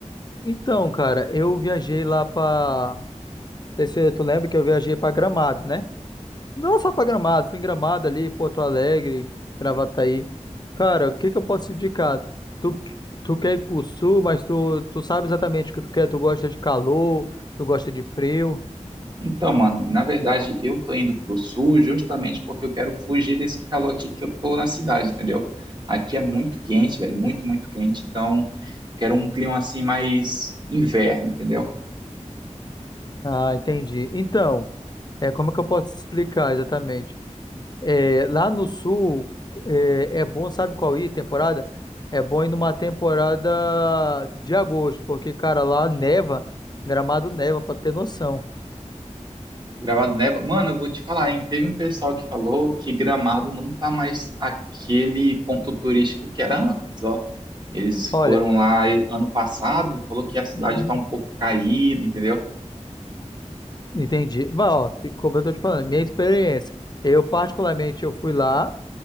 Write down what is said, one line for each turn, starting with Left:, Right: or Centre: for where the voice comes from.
Left: Então, cara, eu viajei lá pra. Não sei se tu lembra que eu viajei pra Gramado, né? Não só pra Gramado, fui em Gramado ali, Porto Alegre, Gravataí. Cara, o que que eu posso te indicar? Tu, tu quer ir pro sul, mas tu, tu sabe exatamente o que tu quer. Tu gosta de calor, tu gosta de frio.
Right: Então, mano, na verdade eu tô indo pro sul justamente porque eu quero fugir desse calor aqui que eu tô na cidade, entendeu? Aqui é muito quente, velho, muito, muito quente. Então, eu quero um clima assim mais inverno, entendeu?
Left: Ah, entendi. Então, é como é que eu posso te explicar exatamente? É, lá no sul, é, é bom, sabe qual ir, temporada? É bom ir numa temporada de agosto, porque, cara, lá neva, Gramado neva, pra ter noção.
Right: Gramado neva. Mano, eu vou te falar, hein? Teve um pessoal que falou que Gramado não tá mais aquele ponto turístico que era antes, ó. Eles
Left: Olha,
Right: foram lá e- ano passado e falou que a cidade
Left: Uhum.
Right: tá um pouco caída, entendeu?
Left: entendi. Mas, ó, como eu tô te falando, minha experiência. Eu, particularmente, eu fui lá